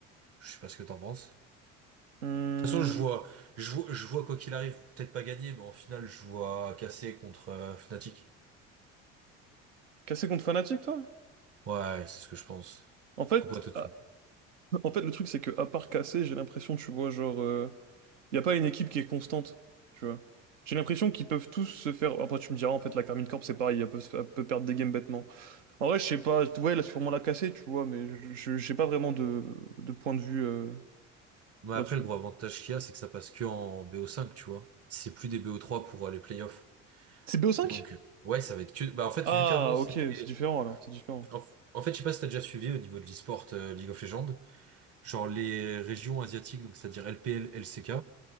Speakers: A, on the right (about 40°); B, on the right (about 85°).
A: Je sais pas ce que t'en penses.
B: Hum,
A: De toute façon, je vois, je vois, je vois quoi qu'il arrive, peut-être pas gagner, mais en finale, je vois casser contre euh, Fnatic.
B: Cassé contre Fnatic, toi?
A: Ouais, c'est ce que je pense.
B: En fait,
A: Pourquoi toi
B: à-
A: tu...
B: en fait, le truc, c'est que à part Cassé, j'ai l'impression, tu vois, genre, il y a pas une équipe qui est constante, tu vois. J'ai l'impression qu'ils peuvent tous se faire. Après, tu me diras, en fait, la Carmine Corp, c'est pareil, elle peut, se- elle peut perdre des games bêtement. En vrai, je sais pas, ouais, là, sûrement la Cassé, tu vois, mais je je- j'ai pas vraiment de, de point de vue euh,
A: Mais
B: là-dessus.
A: après, le gros avantage qu'il y a, c'est que ça passe que en bo cinq, tu vois. C'est plus des bo trois pour euh, les playoffs.
B: C'est BO5?
A: Donc, euh, ouais, ça va être que. Bah, en fait,
B: Ah,
A: vu qu'avant, c'était.
B: ok, c'est différent alors, c'est différent.
A: En, en fait, je sais pas si t'as déjà suivi au niveau de l'e-sport euh, League of Legends, genre les régions asiatiques, donc c'est-à-dire LPL, LCK,